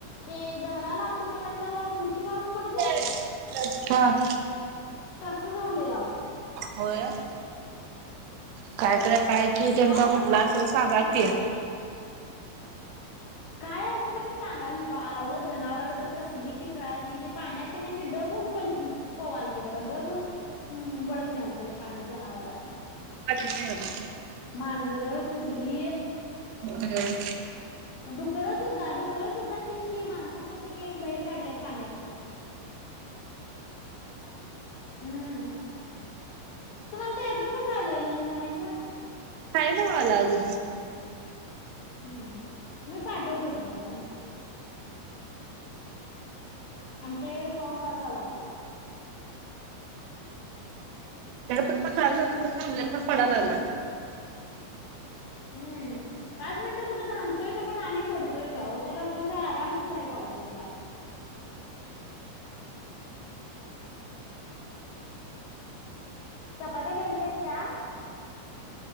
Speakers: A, on the left; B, on the right.
A: ते दगडाला आपटून एकांद्रला अस मि्टठी मारून पडत नाहीत
B: <unintelligible>
A: काय
B: हं
A: तस झालंय आहो
B: होय, कायकडे काय जीव त्यांचा
A: काय
B: म्हटला
A: असं कणी
B: असेल सांगा
A: काय
B: की?
A: ते काय अस तस त्यांनी सांगाल नको, आहो जनावर तर कसली किचल त ते पाण्यातकी नाय असे डब होऊन प पवालती बघा डबून वडत नि आलत ते पाणी जनावर अस
B: <unintelligible>
A: मांजर, कुत्री,
B: <unintelligible>
A: डुकरं सुद्धा डुकरं सुद्धा किस्शी माणसाने अे बाहेर काढल्यात पाण्यातना <unintelligible> हम्म, तुम्हाला ते अजून कसं आलेलं नाही म्हणायचं
B: खायलावाला अजून
A: हम्म, मी पाठवतो तुम्हाला इंस्टा आमच्याकडे पाऊस चालू झाला बघा आता
B: ते पप्पा चालू थांबल्याचा पडाय लागलं.
A: हम्म. पाच मिनिटं कुठं थांबतोय तर आणि पडतोयच त्याला बंद आराम कुठे आहे पावसाला. चपाती गेलत्या चार